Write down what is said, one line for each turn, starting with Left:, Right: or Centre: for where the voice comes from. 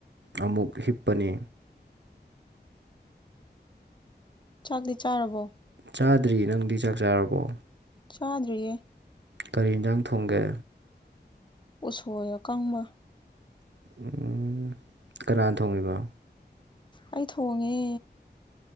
Right: ꯑꯃꯨꯛ ꯍꯤꯞꯄꯅꯦ
Left: ꯆꯥꯛꯇꯤ ꯆꯥꯔꯕꯣ
Right: ꯆꯥꯗ꯭ꯔꯤ ꯅꯪꯗꯤ ꯆꯥꯛ ꯆꯥꯔꯕꯣ
Left: ꯆꯥꯗꯔꯤꯌꯦ
Right: ꯀꯔꯤ ꯌꯦꯟꯖꯥꯡ ꯊꯣꯡꯒꯦ
Left: ꯎꯁꯣꯢ ꯑꯀꯪꯕ
Right: ꯑꯣ ꯀꯅꯥꯅ ꯊꯣꯡꯉꯤꯕ
Left: ꯑꯩ ꯊꯣꯡꯉꯦ